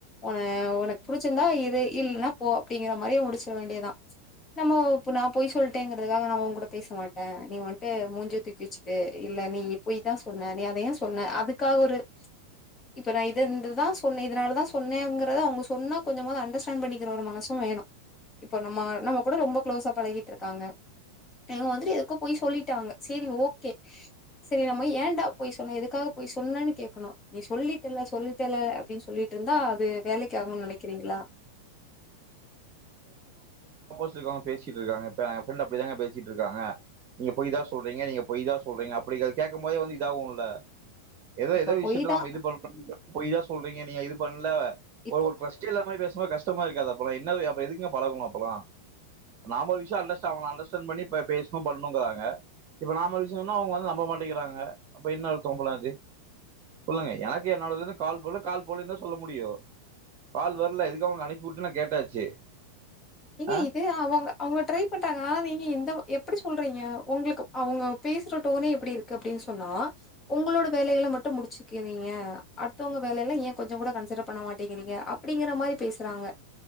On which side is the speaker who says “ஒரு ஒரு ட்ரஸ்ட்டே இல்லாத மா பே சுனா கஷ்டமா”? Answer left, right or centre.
Right